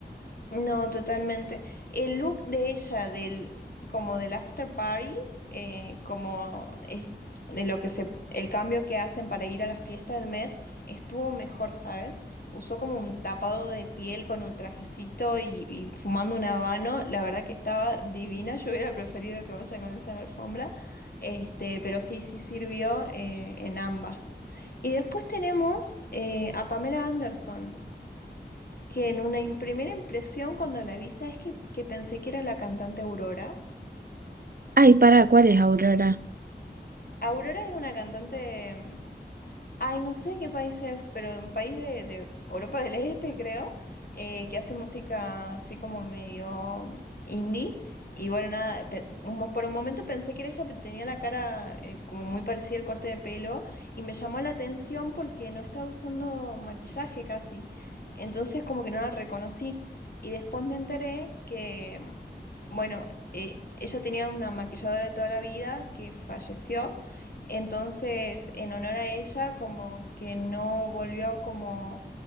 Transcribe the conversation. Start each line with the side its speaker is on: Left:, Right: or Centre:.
Left: No, totalmente. El look de ella, del, como del after party, eh, como es- de lo que se, el cambio que hacen para ir a la fiesta del Met, estuvo mejor, ¿sabes? Usó como un tapado de piel con un trajecito y, y fumando un habano. La verdad que estaba divina. Yo hubiera preferido que vaya con esa en la alfombra. Este, pero sí, sí sirvió eh, en ambas. Y después tenemos eh, a Pamela Anderson que en una im- primera impresión cuando la vi, ¿sabes que, que pensé que era la cantante Aurora?
Right: Ay, para, ¿cuál es Aurora?
Left: Aurora es una cantante mm, Ay, no sé qué país es, pero un país de, de Europa del Este, creo, eh, que hace música así como medio mm, indie. Y bueno, nada, pe- un mo- por un momento pensé que era ella, pero tenía la cara eh, como muy parecida el corte de pelo. Y me llamó la atención porque no estaba usando maquillaje casi. Entonces como que no la reconocí. Y después me enteré que, mm, bueno, eh, ella tenía una maquilladora de toda la vida que falleció. Entonces, en honor a ella, como que no volvió como